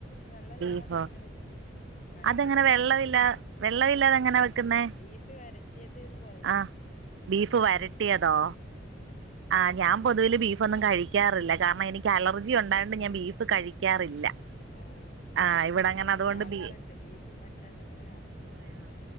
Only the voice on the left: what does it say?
വെള്ളല്ലാതെ
അങ്ങനെ വെച്ചു. കറിയായിട്ട്
ഒന്നും വെച്ച്
ബീഫ് വരട്ടിയത് ന്ന് പറയും
ആഹ്
ഓ ശെരി
അങ്ങനത്തെ
കുറേ
ആള്കളിണ്ട്
ബീഫ് പറ്റാത്ത കുറെ ആള്കളിണ്ടല്ലോ.